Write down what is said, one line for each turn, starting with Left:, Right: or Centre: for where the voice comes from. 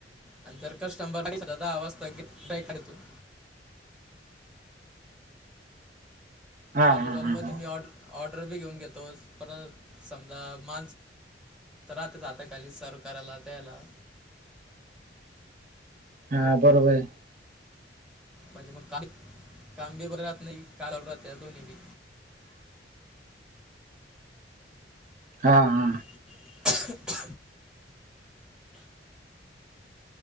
Centre: आणि तर कस्टंबर आवाज <unintelligible>
Right: हा
Centre: चालू
Right: हा
Centre: चालूमध्ये
Right: हा
Centre: मी ऑर्ड-ऑर्डर बी घेऊन घेतो, पर समजा मानस तर राहताच आता खाली सर्व करातला त्यायला.
Right: हा बरोबर ये.
Centre: म्हणजे मग काम काम बी बरे राहत नाही, चालू राहते दोन्ही बी.
Right: हा हा.
Centre: <inaudible>